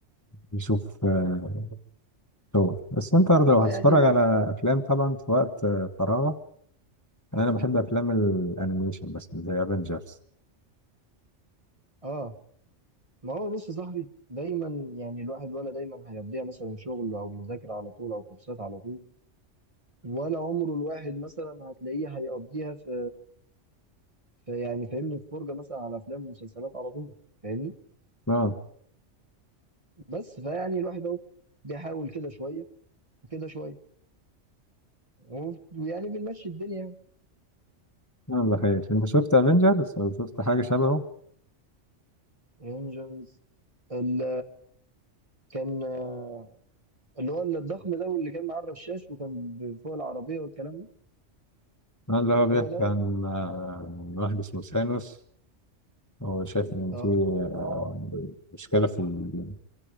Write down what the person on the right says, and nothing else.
هو
يعني ال-
اه ما هو بص يا صاحبي دايما يعني الواحد ولا دايما هيقضيها مثلا شغل او مذاكره على طول او كورسات على طول ولا عمره الواحد مثلا هتلاقيه هيقضيها في, في يعني فاهمني في فرجه مثلا على افلام ومسلسلات على طول فاهمني
بس فيعني الواحد اهو بيحاول كده شويه وكده شويه و- ويعني بنمشي الدنيا يعني
رينجرز ال- كان آه، اللي هو الضخم ده واللي كان معاه الرشاش وكان ب- فوق العربيه والكلام ده
هو ده ولا
اه